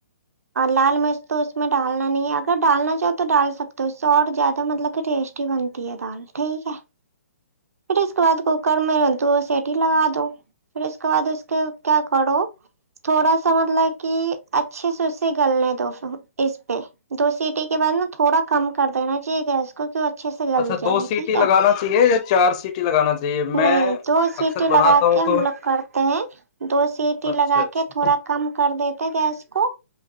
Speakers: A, on the right; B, on the left.
A: لال مرچ تو اس میں ڈالنا نہیں ہے اگر ڈالنا چاہو تو ڈال سکتے اس سے اور زیادہ مطلب کہ ٹیسٹی بنتی ہے دال ٹھیک ہے پھر اس کے بعد کوکر میں دو سیٹی لگا دو پھر اس کے بعد اس کے کیا کرو تھوڑا سا مطلب کہ اچھے سے اس سے گلنے دو اس پہ دو سیٹی کے بعد نا تھوڑا کم کر دینا چاہیے گیس کو اچھے سے گل
B: اچھا
A: جائے
B: دو سیٹی
A: ٹھیک ہے
B: لگانا چاہیے چار سیٹی لگانا چاہیے میں
A: نہیں دو سیٹی
B: اکثر
A: لگا
B: بناتا ہوں
A: کے ہم
B: تو
A: لوگ کرتے ہیں دو سیٹی
B: اچھا
A: لگا
B: اچھا
A: کے تھوڑا کم کر دیتے گیس کو